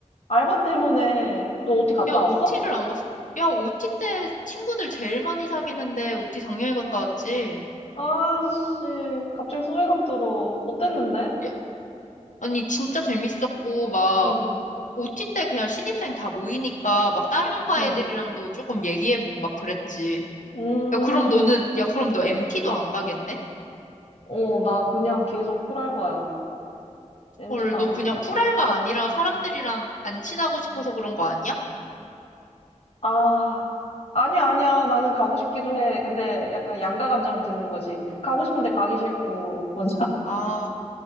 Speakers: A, on the left; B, on the left.
A: 알바 때문에. 너 어디 갔다
B: 야, OT를
A: 왔어?
B: 안 갔어. 야, OT 때 친구들 제일 많이 사귀는데 OT 당연히 갔다 왔지.
A: 아씨, 갑자기 소외감 들어. 어땠는데?
B: 야, 아니, 진짜 재밌었고, 막,
A: 응,
B: OT 때 그냥 신입생 다 모이니까, 막 다른 과
A: 응.
B: 애들이랑도 조금 얘기해보고 막 그랬지.
A: 음,
B: 야, 그럼 너는, 야, 그럼 너 MT도 안 가겠네?
A: 어, 나 그냥 계속 풀알바야. m
B: 헐,
A: 티도
B: 너
A: 안
B: 그냥
A: 갔다.
B: 풀알바 아니라 사람들이랑 안 친하고 싶어서 그런 거 아니야?
A: 아, 아니야, 아니야. 나는 가고 싶기도 해. 근데 약간 양가 감정 드는 거지. 가고 싶은데 가기 싫고. 뭔지
B: 아,